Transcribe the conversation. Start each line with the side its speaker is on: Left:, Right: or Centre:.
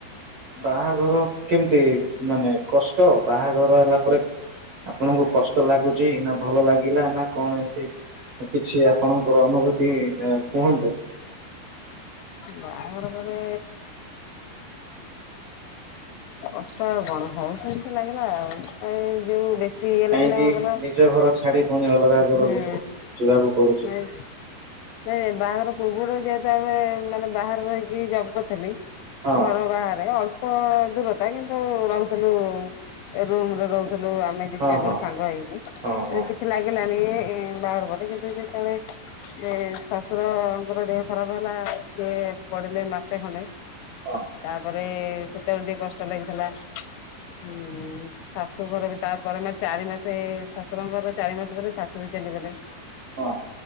Right: ବାହାଘର କେମିତି ମାନେ କଷ୍ଟ ବାହାଘର ହେଲା ପରେ ଆପଣଙ୍କୁ କଷ୍ଟ ଲାଗୁଛି ନା ଭଲ ଲାଗିଲା ନା କଣ ଏ କିଛି ଆପଣଙ୍କର ଅନୁଭୂତି ଇ କୁହନ୍ତୁ।
Left: ବାହାଘର ପରେ କଷ୍ଟ ଆଉ କଣ ସବୁ ସେମତି ଲାଗିଲା ଆଉ ଏ ଯୋଉ ବେଶୀ ତି ଇଏ
Right: କାହିଁକି
Left: ଲାଗିଲା କଣ କହିଲ
Right: ନିଜ ଘର ଛାଡି ପୁଣି ଅଲଗା ଘରକୁ
Left: ହୁଁ
Right: ଯିବାକୁ ପଡୁଛି
Left: ନାଇ ସ
Right: <inaudible>
Left: ନାଇ ବାହାଘର ପୂର୍ବରୁ ଯେହେତୁ ଆମେ ମାନେ ବାହାରେ ରହିକି ଜବ କରିଥିଲି
Right: ହଁ
Left: ଘର ବାହାରେ ଅଳ୍ପ ଦୂର ତା କିନ୍ତୁ ରହୁଥିଲୁ ଏ ରୁମ ରେ ରହୁଥିଲୁ ଆମେ ଦି
Right: ହଁ
Left: ଚାରି
Right: ହଁ
Left: ଜଣ ସାଙ୍ଗ ହେଇକି।
Right: ହଁ ହଁ
Left: ଏ କିଛି ଲାଗିଲାନି ଏ ଏ ବାହାଘର ପରେ କିନ୍ତୁ ଯେତେବେଳେ ଏ ଶଶୁରଙ୍କର ଦେହ ଖରାପ ହେଲା ସିଏ ପଡିଲେ ମାସେ ଖଣ୍ଡେ
Right: ହଁ।
Left: ତାପରେ ସେତେବେଳେ ଟିକେ କଷ୍ଟ ଲାଗିଥିଲା ହୁଁ। ଶାଶୁଙ୍କର ବି ତାପରେ ମା ଚାରି ମାସେ ଶଶୁରଙ୍କର ଚାରି ମାସେ ପରେ ଶାଶୁ ବି ଚାଲିଗଲେ।
Right: ହଁ।